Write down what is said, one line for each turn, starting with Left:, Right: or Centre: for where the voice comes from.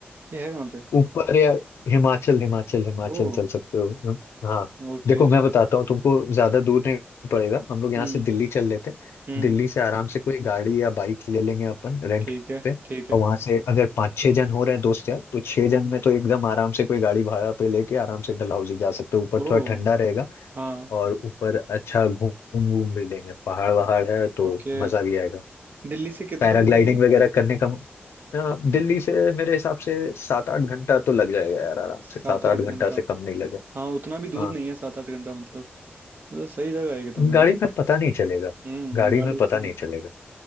Right: ये है कहाँ पे
Left: ऊपर या हिमाचल हिमाचल हिमाचल
Right: ओ
Left: चल सकते हो हम- हाँ
Right: ओके
Left: देखो मैं बताता हूँ तुमको ज्यादा दूर नहीं पड़ेगा हम लोग यहाँ
Right: हम्म
Left: से दिल्ली चल लेते हैं
Right: हम्म
Left: दिल्ली से आराम से कोई गाड़ी या बाइक ले लेंगे अपन रेंट
Right: ठीक है
Left: पे
Right: ठीक
Left: और
Right: है
Left: वहां से अगर पाँच छह जन हो रहे हैं दोस्त यार तो छह जन
Right: हम्म
Left: में तो एकदम आराम से कोई गाड़ी भाड़ा पे लेके आराम से डलहौजी जा सकते हो ऊपर
Right: ओ
Left: थोड़ा ठंडा रहेगा
Right: हाँ
Left: और ऊपर अच्छा घूम घूम भी लेंगे पहाड़ वहाड़ है तो
Right: ओके
Left: मजा भी आएगा
Right: दिल्ली से कितना
Left: पैराग्लाइडिंग
Right: दूर है ये
Left: वगैरह करने का अ, दिल्ली से मेरे हिसाब से सात आठ घंटा तो लग जाएगा यार आराम
Right: सात
Left: से सात
Right: आठ
Left: आठ घंटा
Right: घंटा
Left: से कम नहीं लगेगा
Right: हाँ उतना भी दूर
Left: हाँ
Right: नहीं है सात आठ घंटा मतलब तो सही जगह है एकदम है
Left: गाड़ी
Right: ना
Left: में पता नहीं चलेगा
Right: हम्म
Left: गाड़ी
Right: गाड़ी
Left: में
Right: से
Left: पता
Right: भी
Left: नहीं चलेगा